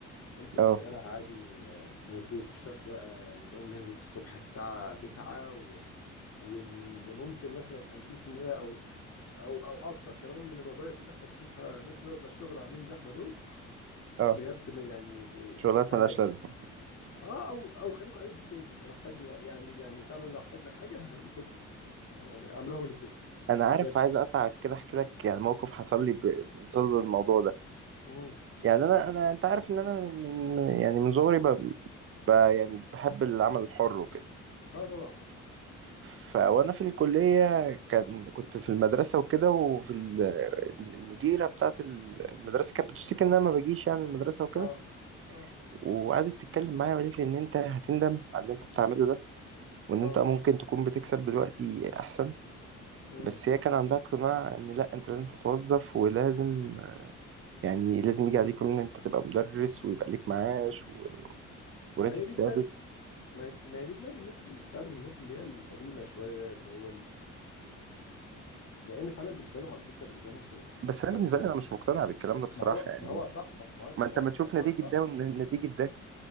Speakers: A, on the left (about 50°); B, on the right (about 45°).
A: ممكن
B: اه
A: نشتغلها عادي من آه، من البيت مش شرط بقى نقوم ننزل الصبح الساعة 9 و- وان ممكن مثلا 50% او او او اكتر كمان من الوظائف اللي احنا بنشوفها ناس نازله الشغل عاملين زحمه دول
B: اه
A: بجد ما- يعني
B: شغلات
A: عادي
B: ملهاش لازمة
A: اه او او خليكم قاعدين في البيت احنا لو احتاجنا يعني يعني فعلا لو احتاجنا حاجه احنا هنعمل لكم يعني اعملوها من البيت
B: انا عارف
A: بجد
B: عايز اقطعك كده احكي لك يعني موقف حصل لي ب- بصدد الموضوع ده
A: امم
B: يعني انا انا انت عارف ان انا من من- يعني من صغري ب- يعني بحب العمل الحر وكده
A: اه طبعا
B: ف- وانا في الكلية كان كنت في المدرسة وكده وفي ال- المديرة بتاعت ال- المدرسة كانت بتشتكي ان انا ما بجيش يعني المدرسة وكده
A: اه اه
B: وقعدت تتكلم معايا وقالت لي ان انت هتندم على اللي انت بتعمله ده وان
A: اه
B: انت ممكن تكون بتكسب دلوقتي احسن
A: امم
B: بس هي كان عندها اقتناع ان لا انت لازم تتوظف ولازم يعني لازم يجي عليكم ان انت تبقى مدرس ويبقى ليك معاش و-
A: ما
B: وراتب
A: هي دي
B: ثابت
A: دماغ ما هي ما هي دي دماغ الناس اللي فعلا الناس اللي هي القديمه شويه اللي هو ال... لان فعلا بالنسبه لهم على فكره بالنسبه لهم كان
B: بس انا
A: كان
B: بالنسبة
A: كان
B: لي انا مش مقتنع بالكلام ده بصراحة
A: ما هو
B: يعني
A: ما هو صح ما, ما هو انت
B: ما
A: ما,
B: انت ما
A: ما
B: تشوف
A: ما
B: نتيجة
A: هو انت صح
B: ده ونتيجة ده